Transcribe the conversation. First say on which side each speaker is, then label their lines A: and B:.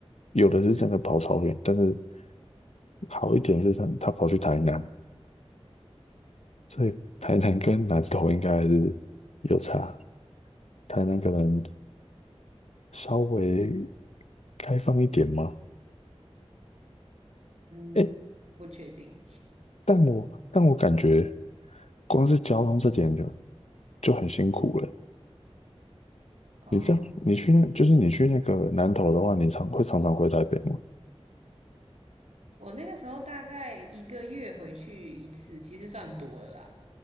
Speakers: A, on the left; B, on the right.
A: 有的是真的跑超远，但是好一点是他他跑去台南，所以台南跟南投应该还是有差。台南可能稍微开放一点吗？
B: 嗯，
A: 诶，
B: 不确定
A: 但我但我感觉光是交通这点就就很辛苦了。
B: 哦。
A: 你这样，你去那就是你去那个南投的话，你常会常常回台北吗？
B: 我那个时候大概一个月回去一次，其实算多了啦。